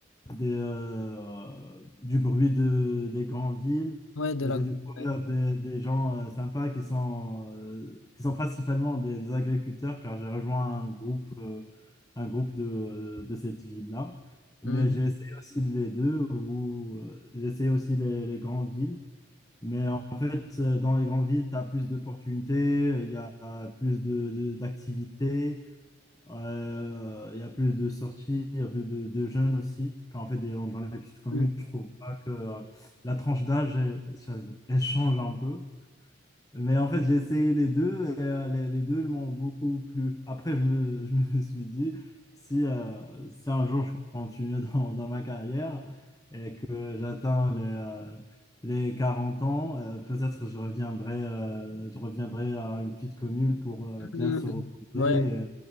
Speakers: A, on the left; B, on the left.
A: des, euh, du bruit de, des grandes villes.
B: ouais, de
A: Et
B: la.
A: j'ai découvert
B: ouais.
A: des, des gens euh, sympas qui sont, euh, qui sont principalement des, des agriculteurs, car j'ai rejoint un groupe euh, un groupe de, de cette ville-là. Mais
B: Mm.
A: j'ai essayé aussi les deux, ou euh, j'ai essayé aussi les, les grandes villes. Mais en fait, euh, dans les grandes villes, tu as plus d'opportunités, il y a plus de, de- d'activités, euh, il y a plus de sorties, il y a plus de, de jeunes aussi. Quand, en fait, des- dans les petites communes,
B: mm.
A: je trouve pas que euh, la tranche d'âge, elle, ça- elle change un peu. Mais en fait, j'ai essayé les deux et euh, les, les deux m'ont beaucoup plu. Après, je me, <laughs> je me suis dit, si, euh, si un jour je continue <laughs> dans, dans ma carrière et que j'atteins les, euh, les 40 ans, euh, peut-être je reviendrai, euh, je reviendrai à une petite commune pour euh,
B: Hmm,
A: bien se reposer
B: Ouais.
A: et